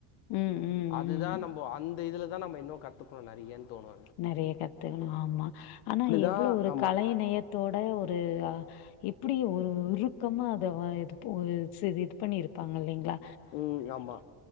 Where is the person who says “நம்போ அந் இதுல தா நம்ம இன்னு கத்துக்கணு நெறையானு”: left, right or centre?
Left